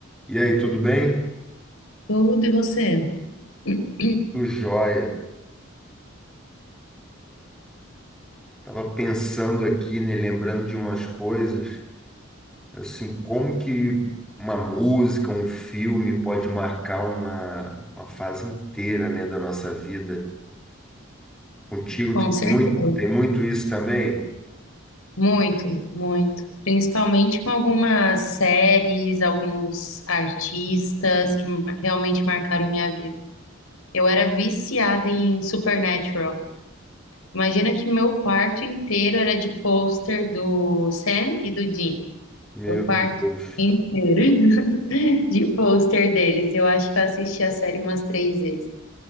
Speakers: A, in the centre; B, on the left (about 85°).
A: E aí, tudo bem?
B: Tudo e você? <clears throat>
A: Tudo jóia. Tava pensando aqui, né, lembrando de umas coisas, assim, como que uma música, um filme pode marcar uma, uma fase inteira, né, da nossa vida. Contigo,
B: Com
A: tu tem
B: certeza.
A: muito, tem muito isso também?
B: Muito, muito. Principalmente com algumas séries, alguns artistas que mar- realmente marcaram minha vida. Eu era viciada em Supernatural. Imagina que meu quarto inteiro era de pôster do Sam e do Dean.
A: Meu
B: O quarto
A: Deus.
B: inteiro <laughs> de pôster deles. Eu acho que eu assisti a série umas três vezes.